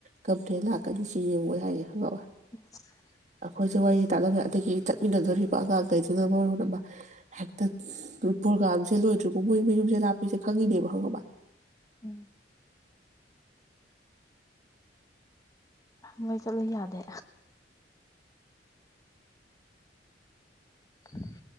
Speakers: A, on the right; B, on the left.
A: ꯀꯝꯄ꯭ꯂꯦꯟ ꯂꯥꯛꯀꯅꯤ ꯁꯤ ꯌꯦꯡꯉꯣꯅ ꯍꯥꯏꯌꯦ ꯍꯟꯂꯛꯑꯣꯏ
B: <inaudible>
A: ꯑꯩꯈꯣꯏꯁꯨ ꯋꯥꯔꯤ ꯇꯥꯟꯅꯕ ꯑꯗꯒꯤ ꯆꯠꯃꯤꯟꯅꯗꯣꯔꯤꯕ ꯑꯉꯥꯡꯈꯩꯗꯨꯅ ꯃꯔꯣꯜ ꯑꯃ ꯍꯦꯛꯇ ꯄ꯭ꯔꯣꯒꯥꯝꯁꯦ ꯂꯣꯏꯗ꯭ꯔꯤꯕꯐꯥꯎ ꯃꯣꯏ ꯃꯌꯨꯝꯁꯦ ꯂꯥꯛꯞꯄꯤꯁꯦ ꯈꯪꯉꯤꯅꯦꯕ ꯈꯪꯉꯕ
B: ꯎꯝ ꯃꯣꯏ ꯆꯠꯂꯨ ꯌꯥꯗꯦ ꯎꯝ